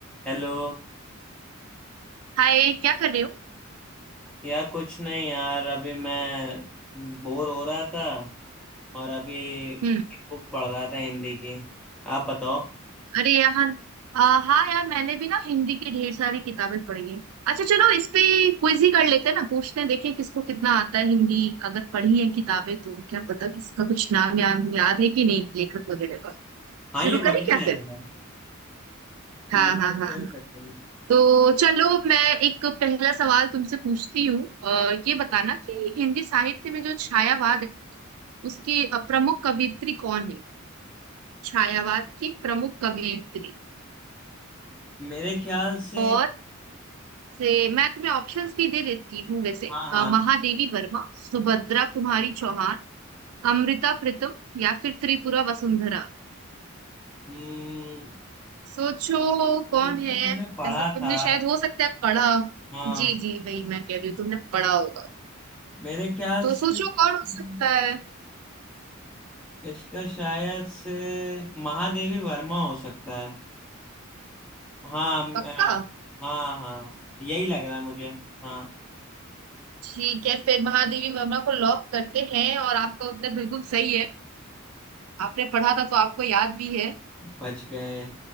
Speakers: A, in the centre; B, on the right.
A: Hello
B: हाय क्या कर रहे हो
A: यार कुछ नहीं यार अभी मैं बोर हो रहा था और अभी
B: हम्म
A: एक बुक पढ़ रहा था हिंदी की आप बताओ
B: अरे यहाँ आ, हाँ यार मैंने भी ना हिंदी की ढेर सारी किताबें पढ़ी है अच्छा चलो इस पे क्विज ही कर लेते हैं ना पूछते हैं देखें किसको कितना आता है हिंदी अगर पढ़ी है किताबें तो क्या पता किसी का कुछ नाम या याद है कि नहीं लेखक वगैरह का
A: हाँ
B: शुरू
A: ये बढ़िया
B: करें क्या
A: रहेगा
B: फिर हाँ
A: ये
B: हाँ
A: तो खेल
B: हाँ हाँ।
A: सकते हैं
B: तो चलो मैं एक पहला सवाल तुमसे पूछती हूँ अ, ये बताना कि हिंदी साहित्य में जो छायावाद है उसकी अ, प्रमुख कवयित्री कौन है छायावाद की प्रमुख कवयित्री
A: मेरे ख्याल से
B: और से मैं तुम्हें ऑप्शंस भी दे देती हूँ वैसे
A: हाँ हाँ
B: अ, महादेवी वर्मा सुभद्रा कुमारी चौहान अमृता प्रीतम या फिर त्रिपुरा वसुंधरा
A: हम्म
B: सोचो कौन
A: ये तो
B: है
A: मैंने
B: वैसे
A: पढ़ा
B: तुमने
A: था
B: शायद हो सकता है पढ़ा
A: हाँ
B: जी जी वही मैं कह रही हूँ तुमने पढ़ा होगा
A: मेरे ख्याल
B: तो
A: से
B: सोचो
A: हम्म,
B: कौन हो सकता है
A: इसका शायद से महादेवी वर्मा हो सकता है हाँ म-
B: पक्का
A: अ, हाँ हाँ यही लग रहा है मुझे हाँ
B: ठीक है फिर महादेवी वर्मा को लॉक करते हैं और आपका उत्तर बिल्कुल सही है आपने पढ़ा था तो आपको याद भी है
A: बच गए